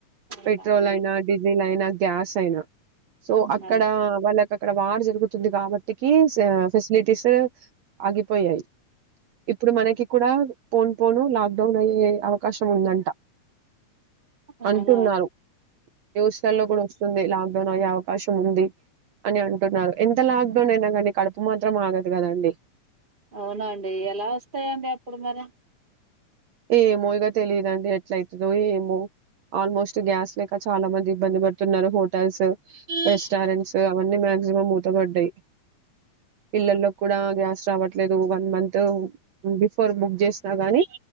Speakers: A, on the right; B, on the right.
A: అవునా
B: పెట్రోల్
A: అండి
B: అయినా డీజిల్ అయినా గ్యాస్ అయినా సో
A: అవునా
B: అక్కడ వాళ్ళ అక్కడ వార్ జరుగుతుంది కాబట్టికి ఫెసిలిటీస్ ఆగిపోయాయి ఇప్పుడు మనకి కూడా పోను పోను లాక్ డౌన్ అయ్యే అవకాశం ఉందంట
A: అవునా
B: అంటున్నారు దేశాల్లో కూడా వస్తుంది లాక్ డౌన్ అయ్యే అవకాశం ఉంది అని అంటున్నారు ఎంత లాక్ డౌన్ అయినా కానీ కడుపు మాత్రం ఆగదు కదండి
A: అవునండి ఎలా వస్తాయండి అప్పుడు మరి
B: ఏమో ఇక తెలియదుండి ఎట్ల అయితుందో ఏమో ఆల్మోస్ట్ గ్యాస్ లేక చాలా మంది ఇబ్బంది పడుతున్నారు హోటల్స్ రెస్టారెంట్స్ అవన్నీ మక్సిమం మూతపడ్డాయి పిల్లల్లో కూడా గ్యాస్ రావట్లేదు వన్ మంత్ బిఫోర్ బుక్ చేసినా గానీ